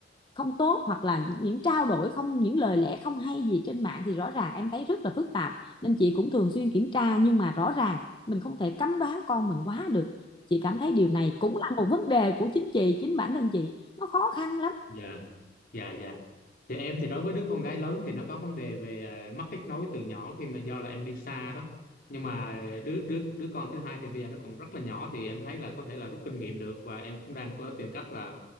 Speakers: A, on the left (about 25°); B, on the left (about 50°).
A: không tốt hoặc là những trao đổi không những lời lẽ không hay gì trên mạng thì rõ ràng em thấy rất là phức tạp nên chị cũng thường xuyên kiểm tra nhưng mà rõ ràng mình không thể cấm đoán con mình quá được chị cảm thấy điều này cũng là một vấn đề của chính chị chính bản thân chị nó khó khăn lắm
B: dạ dạ dạ thì em thì đối với đứa con gái lớn thì nó có vấn đề về à, mất kết nối từ nhỏ khi mà do là em đi xa đó nhưng mà đứa đứa đứa con thứ hai thì bây giờ nó còn rất là nhỏ thì em thấy là có thể là rút kinh nghiệm được và em cũng đang có tìm cách là